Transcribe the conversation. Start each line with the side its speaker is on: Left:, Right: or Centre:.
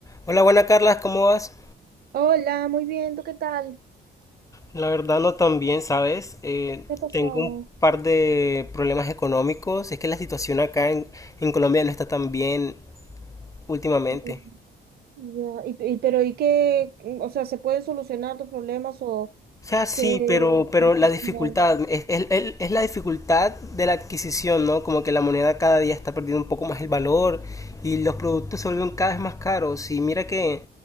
Left: Hola, buena Carla, ¿cómo vas?
Right: Hola, muy bien, ¿tú qué tal?
Left: La verdad no tan bien, ¿sabes? Eh,
Right: ¿Qué ha pasado?
Left: tengo un par de problemas económicos. Es que la situación acá en, en Colombia no está tan bien últimamente.
Right: Mm, Ya, y, y- pero ¿y qué? Mm, O sea, ¿se pueden solucionar tus problemas o
Left: O sea, sí,
Right: qué
Left: pero, pero
Right: perspectiva
Left: la dificultad,
Right: hay?
Left: es, es- el- es la dificultad de la adquisición, ¿no? Como que la moneda cada día está perdiendo un poco más el valor y los productos se vuelven cada vez más caros. Y mira que